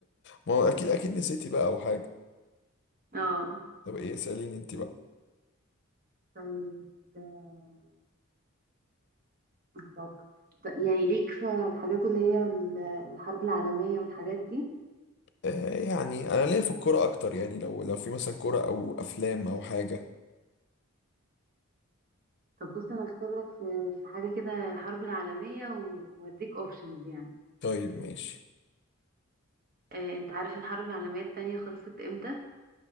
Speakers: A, on the left; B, on the right.
A: ما هو أكيد أكيد نسيتي بقى أو حاجة
B: اه
A: طب إيه سأليني أنت بقى
B: طيب آه، نفكر طب يعني ليك في الحاجات اللي هي ال- الحرب العالمية والحاجات دي
A: آه، يعني أنا ليا في الكورة أكتر يعني لو لو في مثلا كورة أو أفلام أو حاجة
B: طب بص أنا هختبرك في في حاجة كده الحرب العالمية و- وهديك اوبشنز يعني
A: طيب ماشي
B: آه، انت عارف الحرب العالمية التانية خلصت امتى